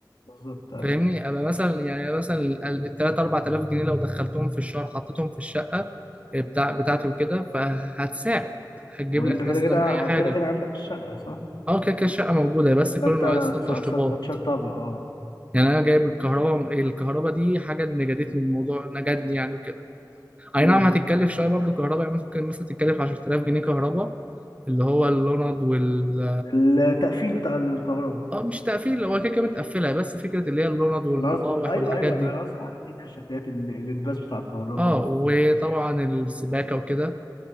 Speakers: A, on the left; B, on the right.
A: بالظبط أيوة
B: فاهمني ابقى مثلا يعني مثلا ال 3 4000 جنيه لو دخلتهم في الشهر حطيتهم في الشقة آه، بتاع بتاعتي وكده فهتساعد هتجيب
A: وأنت
B: لك
A: كده
B: مثلا
A: كده
B: اي حاجة
A: كده كده عندك الشقة صح؟
B: اه كده كده الشقة موجودة بس كل
A: فأنت
B: اللي ناقصها التشطيبات
A: هتشطبها أه
B: يعني انا جايب الكهرباء الكهرباء دي حاجه نجدتني الموضوع نجدني يعني وكده اي
A: مم.
B: نعم هتتكلف شويه برضو كهرباء يعني ممكن مثلا تتكلف 10000 جنيه كهرباء اللي هو اللوند وال
A: التقفيل بتاع الكهرباء
B: اه مش تقفيل هو كده كده متقفله بس فكره اللي هي اللوند والمراوح
A: انا قصدي ايوه
B: والحاجات
A: ايوه
B: دي
A: ما انا قصدي الحاجات دي اللي هي الشكليات ال- الانكباس بتاع الكهرباء
B: اه
A: ال-
B: وطبعا السباكه وكده